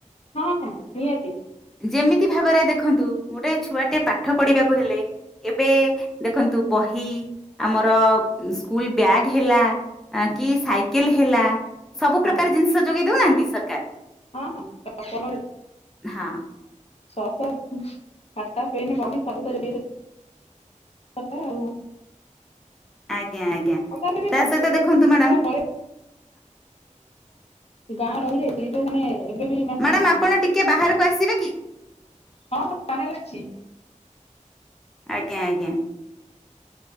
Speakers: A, on the left (about 50°); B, in the centre.
A: ହଁ ହଁ ନିଅତି
B: ଯେମିତି ଭାବରେ ଦେଖନ୍ତୁ ଗୋଟେ ଛୁଆ ଟେ ପାଠ ପଢିବାକୁ ହେଲେ ଏବେ ଦେଖନ୍ତୁ ବହି ଆମର ସ୍କୁଲ ବ୍ୟାଗ ହେଲା ଅ କି ସାଇକେଲ ହେଲା ସବୁ
A: ହଁ
B: ପ୍ରକାର ଜିନିଷ ଯୋଗେଇ ଦଉନାହାନ୍ତି ସବ
A: ହଁ ହଁପଣ
B: ହଁ,
A: ଶହ ଖାତା ଫେନ ବହି ସବୁ ତ ସରକାର ଆଉ।
B: ଆଜ୍ଞା। ଆଜ୍ଞା।
A: <unintelligible>
B: ତା ସହିତ ଦେଖନ୍ତୁ ମ୍ୟାଡାମ
A: ଗାଁ ରହିଯାଇଛି ଯଉ ମାନେ ଏବେ ବି ମାନେ
B: ମ୍ୟାଡ଼ାମ ଆପଣ ଟିକେ ବାହାରକୁ ଆସିବେ କି?
A: ହଁ, ହଁ ବାହାରେ ଅଛି।
B: ଆଜ୍ଞା। ଆଜ୍ଞା।